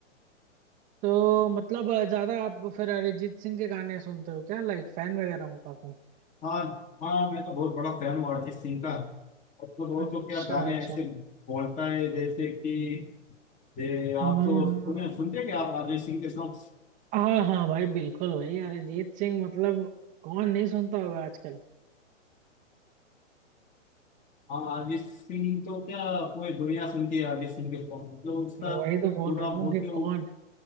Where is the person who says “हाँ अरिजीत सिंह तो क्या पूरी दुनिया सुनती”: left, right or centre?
Left